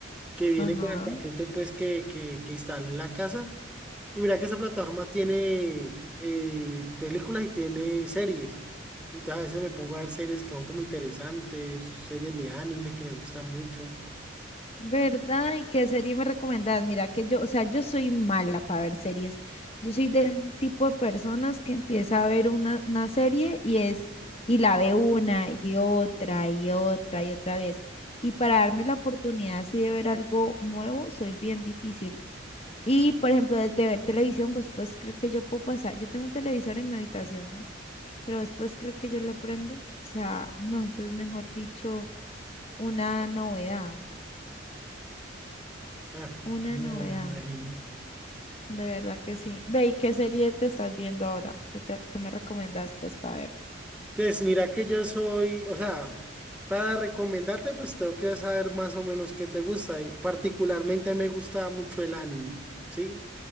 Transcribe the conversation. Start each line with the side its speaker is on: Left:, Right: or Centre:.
Centre: que viene
Left: Ajá.
Centre: con el paquete pues que, que, que instalé en la casa. Y mira que esa plataforma tiene eh, películas y tiene series. Entonces a veces me pongo a ver series que son como interesantes, series de anime que me gustan mucho.
Left: ¿Verdad? ¿Y qué serie me recomendás? Mira que yo, o sea, yo soy mala para ver series. Yo soy del tipo de personas que empieza a ver una, una serie y es, y la ve una y otra y otra y otra vez. Y para darme la oportunidad así de ver algo nuevo, soy bien difícil. Y, por ejemplo, de, de ver televisión, pues, pues creo que yo puedo pasar. Yo tengo un televisor en mi habitación, ¿no? Pero después creo que yo lo prendo. O sea, no, eso es mejor dicho, una novedad.
Centre: Ah,
Left: Una
Centre: no
Left: novedad.
Centre: me imagino.
Left: De verdad que sí. Ve, ¿y qué serie te estás viendo ahora? ¿Qué, te- qué me recomiendas, pues, para ver?
Centre: Pues mira que yo soy, o sea, para recomendarte, pues tengo que saber más o menos qué te gusta. Y particularmente me gusta mucho el anime, ¿sí?